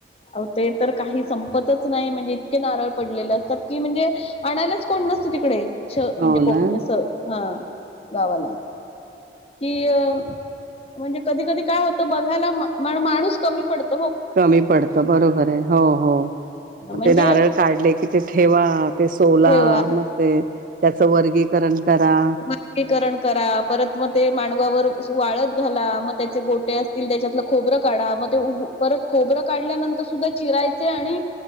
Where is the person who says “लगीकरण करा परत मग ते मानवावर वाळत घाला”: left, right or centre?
Left